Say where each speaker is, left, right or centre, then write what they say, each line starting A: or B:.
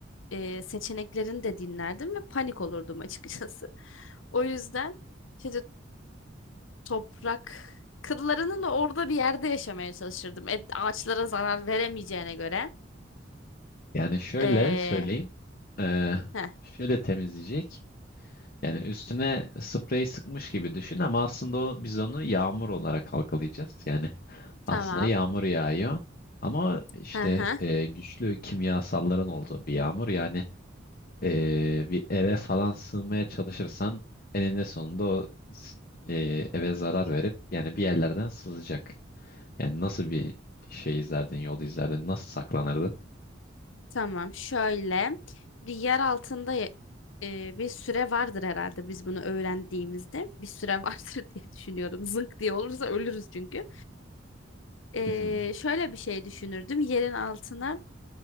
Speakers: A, on the left; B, on the left.
A: e, seçeneklerini de dinlerdim ve panik olurdum açıkçası. <laughs> O yüzden şimdi toprak kıllarının orada bir yerde yaşamaya çalışırdım. E, ağaçlara zarar veremeyeceğine göre.
B: Yani şöyle
A: Ee,
B: söyleyeyim. e,
A: heh,
B: şöyle temizleyecek. Yani üstüne sprey sıkmış gibi düşün ama aslında o, biz onu yağmur olarak algılayacağız. Yani
A: tamam.
B: aslında yağmur yağıyor. Ama işte
A: Hı hı.
B: e, güçlü kimyasalların olduğu bir yağmur. Yani e, bir eve falan sığmaya çalışırsan eninde sonunda o s- e, eve zarar verip yani bir yerlerden sızacak. Yani nasıl bir şey izlerdin, yol izlerdin, nasıl saklanırdın?
A: Tamam. Şöyle bir yer altında ya- e, bir süre vardır herhalde biz bunu öğrendiğimizde. Bir süre vardır <laughs> diye düşünüyorum. Zınk diye olursa ölürüz çünkü. Ee,
B: Hı hı.
A: şöyle bir şey düşünürdüm. Yerin altına